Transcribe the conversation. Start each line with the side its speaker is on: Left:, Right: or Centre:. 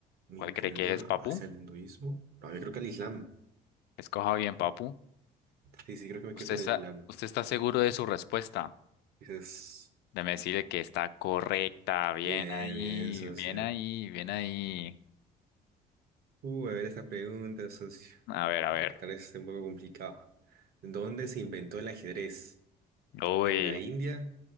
Right: me
Left: ¿Cuál
Right: inclinaría
Left: cree que es,
Right: hacia
Left: Papu?
Right: el hinduismo. No, yo creo que al Islam.
Left: Escoja bien, Papu.
Right: Sí, sí, creo que me
Left: ¿Usted
Right: quedo con
Left: está,
Right: el Islam.
Left: usted está seguro de su respuesta?
Right: Quizás.
Left: Déjeme decirle que está correcta. Bien
Right: Bien,
Left: ahí,
Right: bien, socio.
Left: bien ahí, bien ahí.
Right: Uh, a ver esta pregunta, socio.
Left: A ver, a
Right: A
Left: ver.
Right: ver, tal vez esté un poco complicado. ¿Dónde se inventó el ajedrez?
Left: Uy.
Right: ¿En la India,